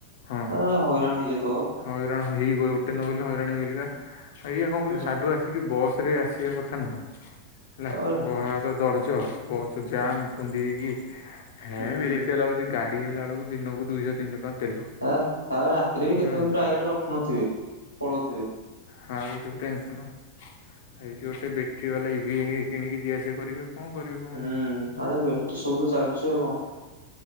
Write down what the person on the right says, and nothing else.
ଆ ହଇରାଣ ହେଇଯାଉଥିବ
ହୁଁ
ତାପରେ
ହୁଁ
ଆ ଆଉ ରାତିରେ
ବି କେତେ
ପ୍ରାୟ ଗାଡି ରଖୁନଥିବେ ପଳଉଥିବେ।
ହୁଁ ଆ ବେଟେରି ସବୁ ତ ଚାଲିଚ ଆଉ କଣ?